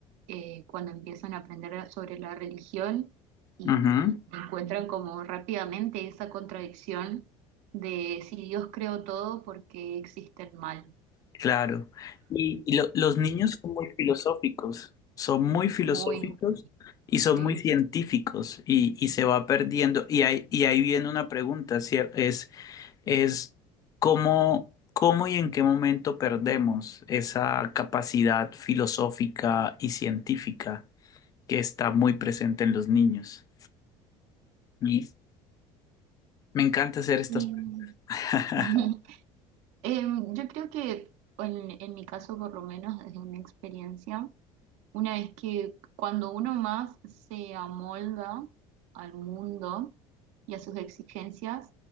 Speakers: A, on the right; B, on the left.
A: eh, cuando empiezan a aprender sobre la religión y
B: Ujú.
A: encuentran como rápidamente esa contradicción de si Dios creó todo, ¿por qué existe el mal?
B: Claro. Y, y lo- los niños son muy filosóficos, son muy filosóficos
A: Muy,
B: y son
A: sí.
B: muy científicos y, y se va perdiendo. Y ahí, y ahí viene una pregunta, cier- Es, es cómo, cómo y en qué momento perdemos esa capacidad filosófica y científica que está muy presente en los niños. Y me encanta hacer estas
A: Mm.
B: preguntas. <laughs>
A: <laughs> Em, yo creo que en, en mi caso, por lo menos desde mi experiencia, una vez que cuando uno más se amolda al mundo y a sus exigencias,